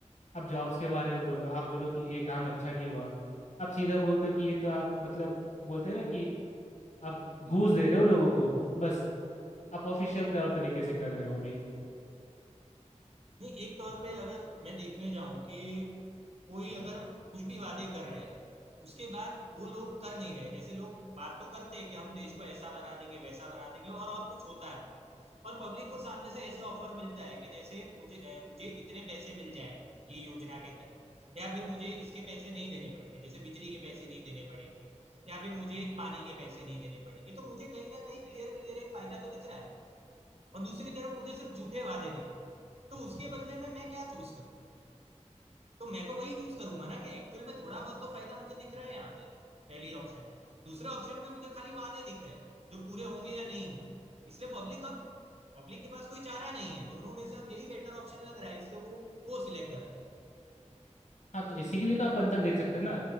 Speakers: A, on the left; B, on the right.
A: आप जॉब्स के बारे में बोलो आप बोलो कि ये काम अच्छा नहीं हुआ आप सीधा बोलते हो कि ये तो आप मतलब बोलते हैं ना कि आप घूस दे रहे हो लोगों को बस आप ऑफिशियल तौर तरीके से कर रहे हो अभी
B: नहीं एक तौर पे अगर मैं देखने जाऊं कि कोई अगर कुछ भी वादे कर रहे हैं उसके बाद वो लोग कर नहीं रहे जैसे लोग बात तो करते हैं कि हम देश को ऐसा बना देंगे वैसा बना देंगे और और कुछ होता और पब्लिक को सामने से ऐसे ऑफर मिलता है कि जैसे मुझे अ, मुझे इतने पैसे मिल जाएंगे ये योजना के तहत या फिर मुझे इसके पैसे नहीं देने पड़ेंगे जैसे बिजली के पैसे नहीं देने पड़ेंगे या फिर मुझे पानी के पैसे नहीं देने पड़ेंगे तो मुझे कहीं ना कहीं क्लियर क्लियर एक फायदा तो दिख रहा है और दूसरी तरफ मुझे सिर्फ झूठे वादे दिख रहे हैं तो उसके बदले में मैं क्या चूज करूँ तो मैं तो वही चूज करूंगा ना कि एक्चुअल में थोड़ा बहुत तो फायदा मुझे दिख रहा है यहाँ पे पहली ऑप्शन में दूसरे ऑप्शन में मुझे खाली वादे दिख रहे हैं जो पूरे होंगे या नहीं होंगे इसलिए पब्लिक अब पब्लिक के पास कोई चारा नहीं है दोनों में से अब यही बेटर ऑप्शन लग रहा है इसलिए वो वो सिलेक्ट करते हैं
A: हाँ तो इसी के लिए तो आप अंतर देख सकते हो ना